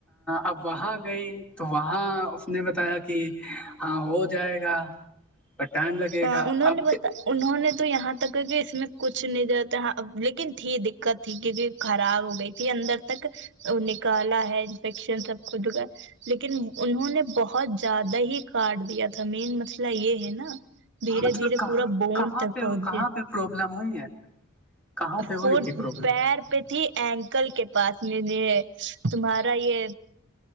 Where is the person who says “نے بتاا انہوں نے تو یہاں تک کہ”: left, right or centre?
Right